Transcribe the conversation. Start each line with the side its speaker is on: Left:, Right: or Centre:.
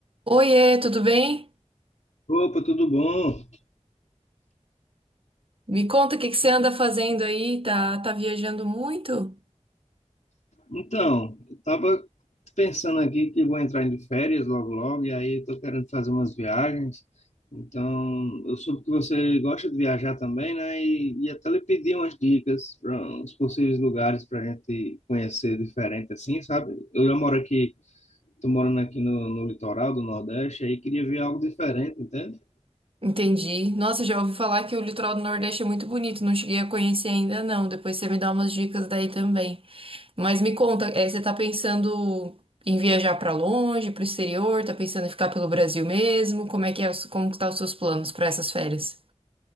Right: Oiê, tudo bem?
Left: Opa, tudo bom?
Right: Me conta o que que você anda fazendo aí? Tá, tá viajando muito?
Left: Então, eu tava pensando aqui que vou entrar de férias logo logo, e aí eu tô querendo fazer umas viagens. Então, eu soube que você gosta de viajar também, né? E, e até lhe pedi umas dicas para uns possíveis lugares para a gente conhecer diferente assim, sabe? Eu já moro aqui, tô morando aqui no, no litoral do Nordeste, aí queria ver algo diferente, entende?
Right: Entendi. Nossa, já ouvi falar que o litoral do Nordeste é muito bonito, não cheguei a conhecer ainda não. Depois você me dá umas dicas daí também. Mas me conta, é você tá pensando em viajar pra longe, pro exterior? Tá pensando em ficar pelo Brasil mesmo? Como é que é, os- como que tá os seus planos pra essas férias?